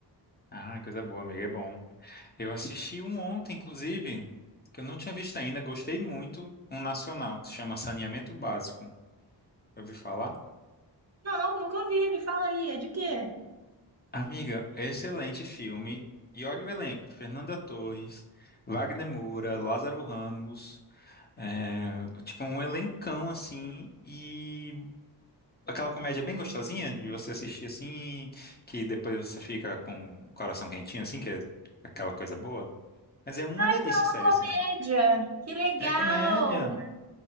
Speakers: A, on the left; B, on the right.
A: Ah, coisa boa, amiga, é bom. Eu assisti um ontem, inclusive, que eu não tinha visto ainda, gostei muito, um nacional que se chama Saneamento Básico. Eu ouvi falar?
B: Não, nunca ouvi, me fala aí, é de quê?
A: Amiga, excelente filme. E olha o elenco: Fernanda Torres, Wagner Moura, Lázaro Ramos. É, tipo, um elencão assim. E Aquela comédia bem gostosinha de você assistir assim, que depois você fica com o coração quentinho, assim, que é aquela coisa boa. Mas é uma
B: Ah,
A: delícia,
B: então é uma
A: sério,
B: comédia.
A: assim.
B: Que legal!
A: É comédia.